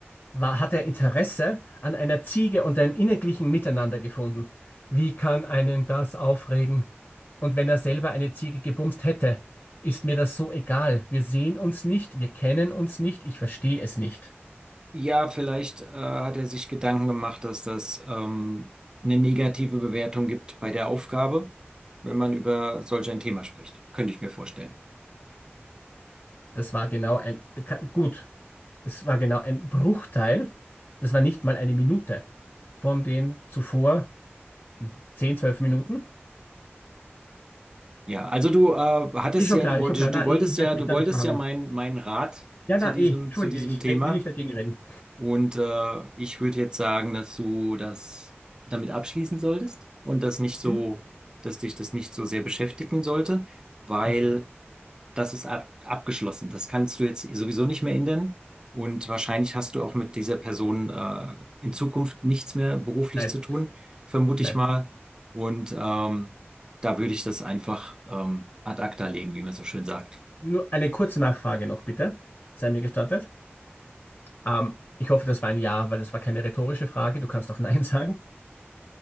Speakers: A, on the left; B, on the right.
A: war, hat er Interesse an einer Ziege und einem inniglichen Miteinander gefunden. Wie kann einen das aufregen? Und wenn er selber eine Ziege gebumst hätte, ist mir das so egal. Wir sehen uns nicht, wir kennen uns nicht, ich verstehe es nicht.
B: Ja, vielleicht äh, hat er sich Gedanken gemacht, dass das ähm, eine negative Bewertung gibt bei der Aufgabe, wenn man über solch ein Thema spricht. Könnte ich mir vorstellen.
A: Das war genau ein, ka- gut, es war genau ein Bruchteil, das war nicht mal eine Minute von den zuvor 10 12 Minuten.
B: Ja, also du äh, hattest
A: Ist schon
B: ja,
A: klar,
B: du wolltest,
A: ist schon klar. Na,
B: du wolltest
A: ich, ich möchte
B: ja, du
A: mich da
B: wolltest
A: nicht verhangen.
B: ja meinen meinen Rat
A: Ja,
B: zu
A: na,
B: diesem,
A: eh, entschuldige,
B: zu diesem
A: ich
B: Thema.
A: re- will nicht dagegen reden.
B: Und äh, ich würde jetzt sagen, dass du das damit abschließen solltest und das nicht so,
A: Hm?
B: dass dich das nicht so sehr beschäftigen sollte, weil
A: Hast du recht.
B: das ist ab, abgeschlossen. Das kannst du jetzt sowieso nicht mehr ändern. Und wahrscheinlich hast du auch mit dieser Person äh, in Zukunft nichts mehr beruflich
A: Nein,
B: zu tun, vermute
A: nein.
B: ich mal. Und ähm, da würde ich das einfach ähm, ad acta legen, wie man so schön sagt.
A: Nur eine kurze Nachfrage noch, bitte. Sei mir gestattet. Ähm, ich hoffe, das war ein Ja, weil das war keine rhetorische Frage. Du kannst auch Nein sagen.